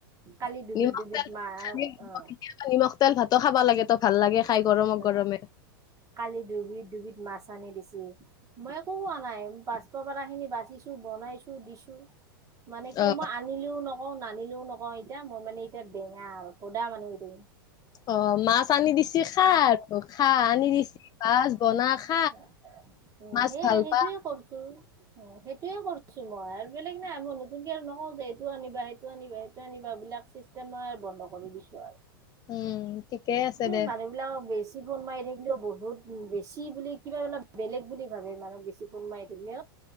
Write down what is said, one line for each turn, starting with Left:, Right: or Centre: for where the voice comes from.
Right: কালি ডুবি
Left: নিমখ
Right: ডুবিত
Left: তেল
Right: মাৰ
Left: চাগে
Right: অ,
Left: কেতিয়াবা নিমখ তেল ভাতো খাবা লাগে তো ভাল লাগে খাই গৰমে
Right: অ'
Left: গৰমে।
Right: কালি ডুবি ডুবিধ মাছ আনি দিছে। মই একো হোৱা নাই পাছপ পৰালা খিনি বাচিছো বনাইছো দিছো। মানে কি
Left: অ
Right: মই আনিলিও নক অ, নানিলোও নকওঁ এতিয়া মই মানে এতিয়া বেঙা আৰু সদা মানুহ এ থাকম।
Left: অ, মাছ আনি দিছে খা, আৰু খা, আনি দিছে মাছ বনা খা।
Right: উ,
Left: মাছ
Right: সেইয়াই
Left: ভাল
Right: সেইটোয়ে
Left: পা
Right: কৰছো। অ, সেইটোয়ে কৰিছো মই আৰু বেলেগ নাই মই নতুনকে আৰু নকওঁ যে এইটো আনিবা সেইটো আনিবা সেইটো আনিবা বিলাক। চিচটেম বন্ধ কৰি দিছো আৰু
Left: উম ঠিকে আছে
Right: স,
Left: দে
Right: মানুহ বিলাকক বেছি। ফোন মাৰি থাকিলেও বহুত বেছি বুলি। কিবা অলপ বেলেগ বুলি ভাবে মানুহক বেছি কোন মাই থাকিলে,